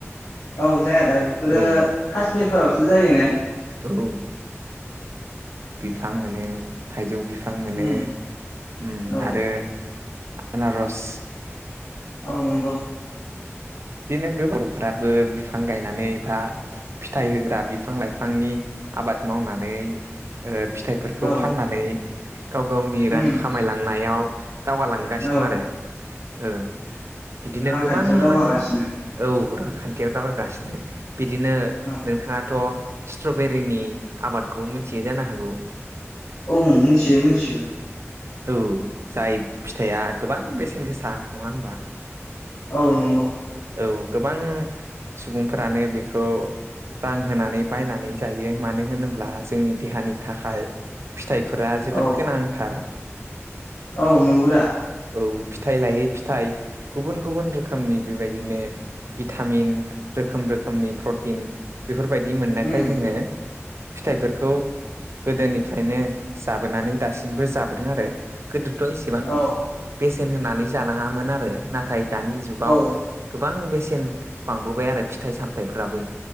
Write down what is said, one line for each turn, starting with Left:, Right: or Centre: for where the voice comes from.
Left: औ जाया दा बेफोरो
Right: औ
Left: कास्मिरफोरावसो जायो ने?
Right: औ आं माने थाइजौ बि फां मोनो
Left: उम
Right: उम
Left: औ
Right: आरो आनारस
Left: औ नंगौ।
Right: दिनो गोबां बर' फोराबो बिफां गायनानै बा फिथाइ होग्रा बिफां लाइफांनि आबाद मावनानै ओ फिथाइफोरखौ
Left: औ
Right: फाननानै गाव गावनि
Left: उम
Right: रां खामायलांनायाव दावगालांगासिनो
Left: औ
Right: दं आरो। ओ बिदिनो
Left: रांखान्थियाव
Right: गोबां
Left: दावगागासिनो
Right: मा होनो औ रा खान्थियाव दावगागासिनो। बिदिनो
Left: औ
Right: नोंथाङाथ' स्ट्रबेरिनि आबादखौबो मोनथियो जानो हागौ?
Left: औ मिन्थियो, मिन्थियो।
Right: औ जाय फिथाइया गोबां बेसेन गोसा, नङा होमबा?
Left: औ नंगो।
Right: औ गोबां सुबुंफोरानो बेखौ रां होनानै बायनानै जायो मानो होनोब्ला जोंनि देहानि थाखाय फिथाइफोरा जोबोद
Left: औ
Right: गोनांथार।
Left: औ नंगौ दा?
Right: औ फिथाइ लायै फिथाइ गुबुन गुबुन रोखोमनि बेबायदिनो भिटामिन रोखोम रोखोमनि प्रटिन बेफोरबाय दि मोननायखाय
Left: उम
Right: जोङो फिथाइफोरखौ गोदोनिफ्रायनो जाबोनानै दासिमबो जाबोदों आरो गोदो थ' एसेबां
Left: औ
Right: बेसे <unintelligible> होनानै जानाङामोन आरो ना थाय दानि जुगाव
Left: <unintelligible>
Right: बां बेसेन बांबोबाय आरो फिथाइ सामथायाइफ्राबो